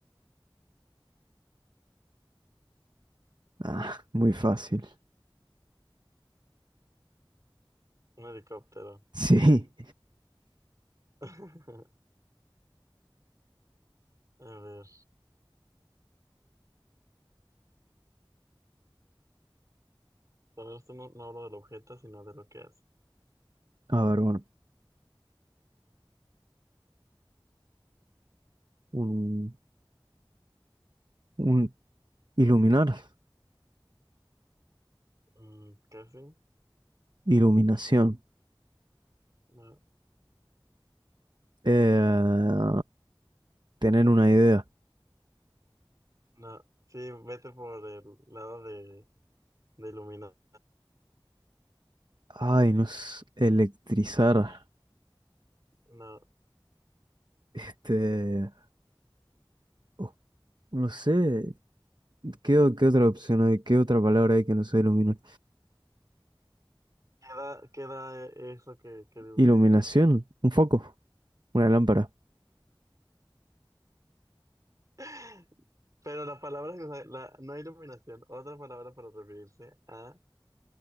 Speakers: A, on the right; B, on the right.
A: Ah, muy fácil. <laughs>
B: un helicóptero.
A: Sí.
B: <laughs> A ver. Bueno, esto no, no hablo del objeto, sino de lo que hace.
A: A ver, bueno. Un, un iluminar,
B: Mm, casi.
A: iluminación.
B: No,
A: Eh, tener una idea.
B: no. Sí, vete por el lado de, de iluminar.
A: Ay, no sé, electrizar.
B: No.
A: Este, oh, no sé, ¿qué, o- qué otra opción hay? ¿Qué otra palabra hay que no sea iluminar?
B: Queda, queda eh, eso que, que dibujé.
A: Iluminación, un foco, una lámpara.
B: <laughs> Pero la palabra que usa- la, no iluminación, otra palabra para referirse a.